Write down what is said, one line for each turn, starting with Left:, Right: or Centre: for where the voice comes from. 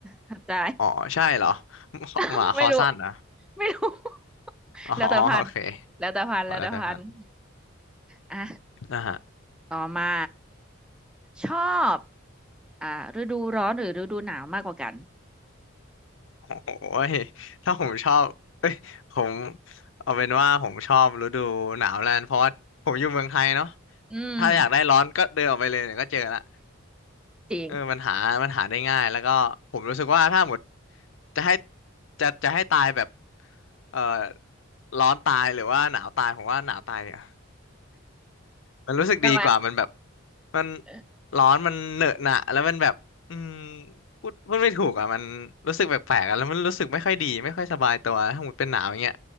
Centre: เข้าใจ
Left: อ๋อใช่เหรอ
Centre: <laughs>
Left: หมาคอสั้นเหรอ
Centre: ไม่รู้ไม่รู้ <laughs>
Left: อ๋อโอเค
Centre: แล้วแต่พันธุ์แล้วแต่พันธุ์แล้วแต่พันธุ์
Left: ขอแล้วแต่พันธุ์
Centre: อ่ะ
Left: นะฮะ
Centre: ต่อมา ชอบอ่าฤดูร้อนหรือฤดูหนาวมากกว่ากัน
Left: โอ้ยถ้าผมชอบเอ้ยผมเอาเป็นว่าผมชอบฤดูหนาวแล้วกันเพราะว่าผมอยู่เมืองไทยเนาะ
Centre: อืม
Left: ถ้าอยากได้ร้อนก็เดินออกไปเลยเนี่ยก็เจอละ
Centre: จริง
Left: เออมันหามันหาได้ง่ายแล้วก็ผมรู้สึกว่าถ้าหมดจะให้จะจะให้ตายแบบเอ่อร้อนตายหรือว่าหนาวตายผมว่าหนาวตายเนี่ย มันรู้สึกดีกว่ามันแบบ
Centre: ใช่ไหม
Left: มัน
Centre: เออ
Left: ร้อนมันเหนอะหนะแล้วมันแบบอืมพูดพูดไม่ถูกอ่ะมันรู้สึกแปลกๆอ่ะแล้วมันรู้สึกไม่ค่อยดีไม่ค่อยสบายตัวถ้าหมดเป็นหนาวอย่างเงี้ย